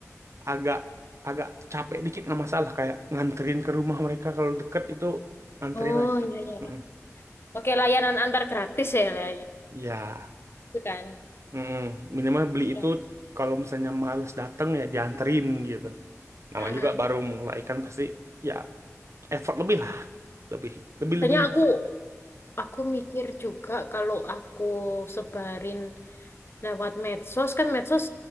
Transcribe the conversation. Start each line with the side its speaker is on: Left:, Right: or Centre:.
Right: agak agak capek dikit nggak masalah kayak nganterin ke rumah mereka kalau deket itu anterin
Left: Oh
Right: aja.
Left: iya iya.
Right: Mm-mm.
Left: iya. Oke, layanan antar gratis ya, lah, ya.
Right: Ya,
Left: Itu kan.
Right: mm-mm. Minimal beli itu
Left: Ya.
Right: kalau misalnya males dateng ya dianterin gitu. Namanya
Left: Mm-mm.
Right: juga baru mulai kan pasti ya effort lebih lah lebih lebih
Left: Soalnya
Right: lebih
Left: aku aku mikir juga kalau aku sebarin Lewat medsos kan medsos